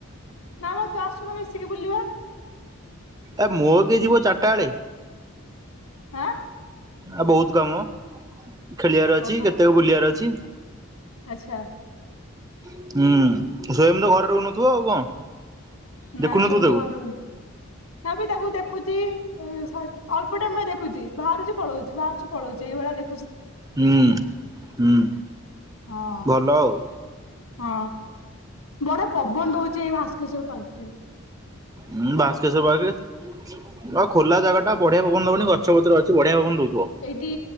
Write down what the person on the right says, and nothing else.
ଏ ମୋର କିଏ ଯିବ ଚାରିଟା ବେଳେ।
ଆ ବହୁତ କାମ। ଖେଳିବାର ଅଛି
କେତେକୁ ବୁଲିବାର ଅଛି <inaudible>
ହୁଁ, ସ୍ୱୟମ ତ ଘରେ ରହୁନଥିବ ଆଉ କଣ?
ଦେଖୁନଥିବୁ ତାକୁ
ହୁଁ
ହୁଁ ହଁ
ଭଲ ଆଉ,
ହଁ ଭାସ୍କେଶର ବାଗ ହଁ ଖୋଲା ଜାଗା ଟା ବଢିଆ ପ ବବନ ହବନି ଗଛ ବତର ଅଛି ବଢିଆ ପବନ ଦଉଚି।